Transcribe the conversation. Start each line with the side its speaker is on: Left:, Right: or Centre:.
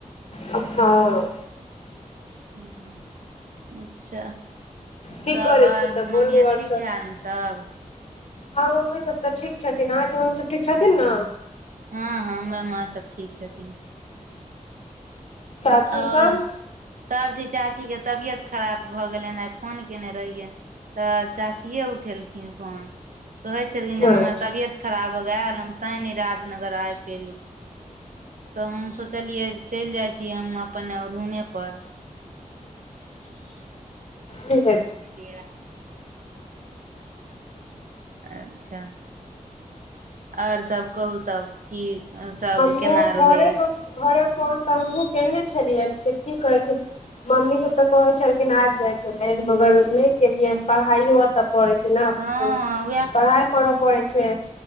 Left: अ हँ
Right: हुँ अच्छा
Left: की
Right: त
Left: करै
Right: आओर
Left: छी तऽ बोलू
Right: मम्मी
Left: आओर
Right: आर ठीक
Left: सब
Right: है नऽ सब
Left: हँ मम्मी सब तऽ ठीक छथिन अहाँकेँ मम्मी सब ठीक छथिन नऽ
Right: हँ - हँ हमरो माँ सब ठीक छथिन
Left: चाची
Right: आओर
Left: सब
Right: सभठी चाची केँ तबियत खराब भऽ गेलैन आइ फोन केने रहियैन तऽ चाचिये उठेलखिन फोन कहै छलखिन
Left: हँ
Right: जे <unintelligible> तबियत खराब हो गेल हम तै नय राजनगर आब पेलू तऽ हम सोचलियै चैल जाइ छी हम अपन रूमे पर
Left: की हे
Right: बिया अच्छऽ आओर सब कहू तब की सब
Left: हमहुँ
Right: केना
Left: घरे
Right: रहैय अछि
Left: पर घरे फोन तऽ हमहुँ केने छलियैनि तऽ की कहै छै मम्मी सब तऽ कहै छलखिन आबि जाइ छलै मगर नय गेलियै पढ़ाईयो अतऽ पड़ै छै नऽ
Right: हँ
Left: पढ़ाइ करऽ पड़ै छै